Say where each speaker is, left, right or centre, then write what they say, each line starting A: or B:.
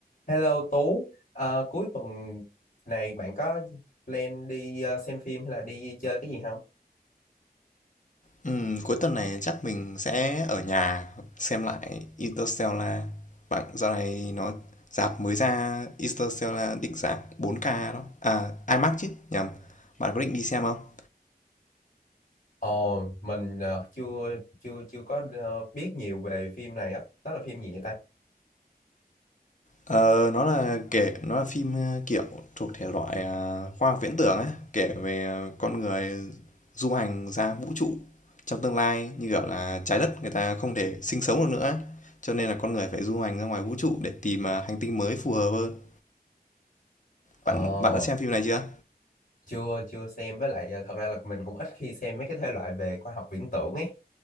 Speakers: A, on the left (about 65°); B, on the left (about 50°).
A: Hello Tú, Ờ, cuối tuần này bạn có plan đi ờ, xem phim hay là đi chơi cái gì không?
B: Ừm, cuối tuần này chắc mình sẽ ở nhà xem lại Interstellar. Bạn dạo này nó rạp mới ra Interstellar định dạng bốn k đó. À IMAX chứ, nhầm. Bạn có định đi xem không?
A: Ồ, mình ờ, chưa chưa chưa có ờ, biết nhiều về phim này á, đó là phim gì vậy ta?
B: Ờ, nó là kể nó là phim ờ, kiểu thuộc thể loại ờ, khoa học viễn tưởng ấy, kể về ờ, con người du hành ra vũ trụ trong tương lai như kiểu là trái đất người ta không thể sinh sống được nữa ấy. Cho nên là con người phải du hành ra ngoài vũ trụ để tìm ờ, hành tinh mới phù hợp hơn
A: Ồ,
B: Bạn bạn đã xem phim này chưa?
A: chưa chưa xem với lại ờ, thật ra là mình cũng ít khi xem mấy cái thể loại về khoa học viễn tưởng ấy.